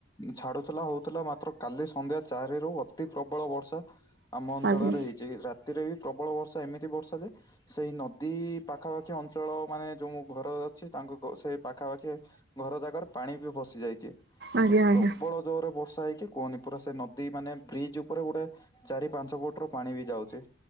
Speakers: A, on the left; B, on the right.
A: ଛାଡୁଥିଲା ହଉଥିଲା ମାତ୍ର କାଲି ସନ୍ଧ୍ୟା ଚାରି ରୁ ଅତି ପ୍ରବଳ ବର୍ଷା ଆମ ଅଞ୍ଚଳରେ
B: ଆଜ୍ଞା
A: ହେଇଛି ରାତିରେ ବି ପ୍ରବଳ ବର୍ଷା ଏମିତି ବର୍ଷା ଯେ ସେଇ ନଦୀ ପାଖାପାଖି ଅଞ୍ଚଳ ମାନେ ଯୋଉଁ ଘର ଅଛି ତାଙ୍କୁ ସେଇ ପାଖାପାଖି ଘର ଜାଗାରେ ପାଣି ବି ପସି ଯାଇଚି।
B: ଆଜ୍ଞା ଆଜ୍ଞା।
A: ପ୍ରବଳ ଜୋରରେ ବର୍ଷା ହେଇକି କୁହନି ପୁରା ସେ ନଦୀ ମାନେ ବ୍ରିଜ ଉପରେ ଗୋଟେ ଚାରି ପାଞ୍ଚ ଫୁଟ ରୁ ପାଣି ବି ଯାଉଚି।